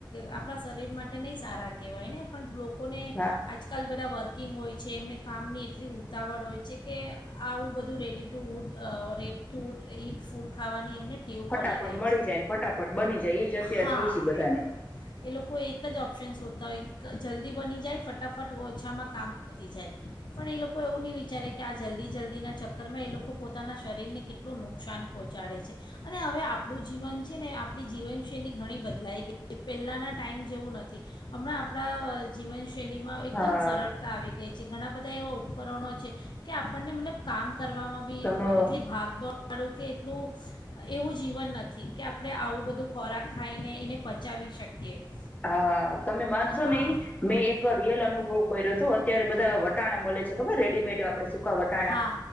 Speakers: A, on the left; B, on the left.
A: આપણા શરીર માટે નહી સારા કહેવાયને પણ લોક લોકોને
B: હા
A: આજકાલ બધા વર્ક વકિંગ હોય છે એમણે કામની એટલી ઉતાવળ હોય છે કે આવું બધું ready to eat ready to eat food ખાવાની એમને ટેવ
B: ફટાફટ
A: પડી ગઈ
B: મળી
A: છે
B: જાય ફટાફટ બની જાય એ જ અત્યારે
A: હા
B: જોઈશ બધાને
A: એ લોકો એક જ ઓપ્શન શોધતા હોય કે જલ્દી બની જાય ફટાફટ ઓછામાં કામ પતી જાય પણ એ લોકો એવું નહી વિચારે કે કે આ જલ્દી જલ્દીના ચક્કરમાં એ લોકો પોતાના શરીરને કેટલું નુકસાન પહોંચાડે છે અને હવે આપણું જીવન છે ને આપણી જીવનશૈલી ઘણી બદલાઈ ગઈ છે પહેલાંના ટાઈમ જેવું નથી હમણાં આપણા જીવન શૈલીમાં એકદમ
B: હા
A: સરળતા આવી ગઈ છે. ઘણા બધા એવા ઉપકરણો છે કે આપણને મતલબ કામ કરવામાં બી
B: તમે
A: એટલી ભાગ દોડાડું કે એટલું એવું જીવન નથી કે આપડણે આવું બધું ખાઈને એને પચાવી શકીએ.
B: હા તમે માનશો
A: હા
B: નને મેં એક રિયલ અનુભવ કર્યો હતો અત્યારે બધા વટાણા મળે છે ખબર રેડીમેડ આપડે સૂકા વટાણા
A: હા